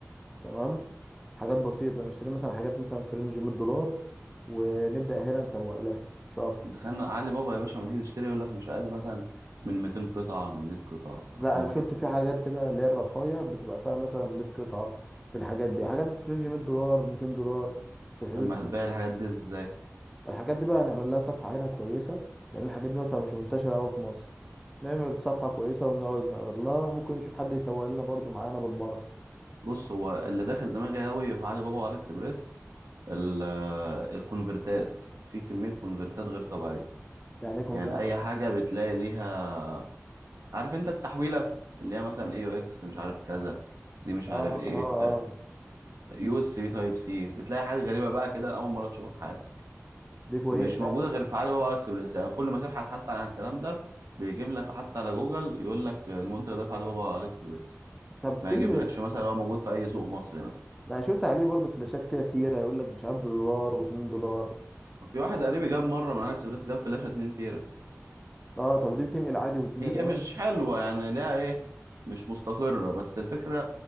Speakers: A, in the centre; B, on the right.
A: تمام حاجات بسيطه نشتري مثلا حاجات مثلا في رينج 100 دولار ونبدا هنا نسوق لها مش اكتر
B: اذا كان علي بابا يا باشا لما تيجي تشتري يقول لك مش اقل مثلا من 200 قطعه من 100 قطعه ارقام
A: لا انا شفت
B: كده
A: في حاجات كده اللي هي الرفايع بتبقى فيها مثلا 100 قطعه في الحاجات دي حاجات في رينج 100 دولار 200 دولار في الحدود
B: اما
A: دي
B: هتبيع
A: يعني
B: الحاجات دي ازاي
A: الحاجات دي بقى هنعمل لها صفحه هنا كويسه لان الحاجات دي مثلا مش منتشره قوي في مصر نعمل صفحه كويسه ونقعد نعرض لها وممكن نشوف حد يسوق لنا برضو معانا بالمره
B: بص هو اللي داخل دماغي قوي في علي بابا وعلي اكسبريس ال- الكونفرتات في كميه كونفرتات غير طبيعيه
A: يعني يكون
B: يعني
A: في
B: اي
A: اصلا
B: حاجه بتلاقي ليها عارف انت التحويله اللي هي مثلا اي او اكس مش عارف كذا دي مش عارف
A: اه
B: ايه
A: اه اه
B: اليو اس بي تايب سي بتلاقي حاجات غريبه بقى كده أنا اول مره تشوفها في حياتك
A: دي كويسه
B: مش موجوده
A: يعني.
B: غير في علي بابا اكسبريس يعني كل ما تبحث حتى عن الكلام ده بيجيب لك حتى على جوجل يقول لك المنتج ده في علي بابا اكسبريس
A: طب
B: ما
A: في
B: يجيبلكش مثلا هو موجود في اي سوق مصري مثلا
A: انا شفت عليه برضو فلاشات كده تيره يقول لك مش عارف بدولار و2 دولار
B: في واحد قريبي جاب مره من علي اكسبريس جاب فلاشه 2 تيرا
A: اه طب دي بتنقل عادي والدنيا
B: هي
A: تمام
B: مش حلوة يعني ليها ايه مش مستقرة بس الفكرة